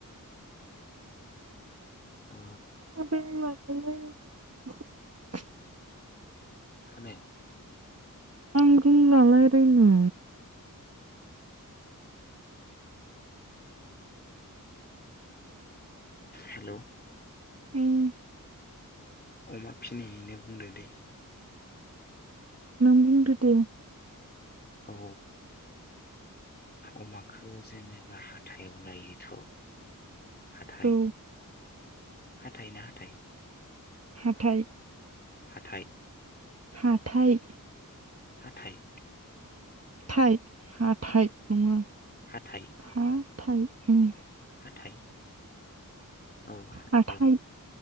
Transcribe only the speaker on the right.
<inaudible>
<inaudible>
आं रोंला रायलायनो
उम
नों बुंदो दे
औ
हाथाय
हाथाय
थाइ हाथाय नङा
हा थाय उम
हाथाइ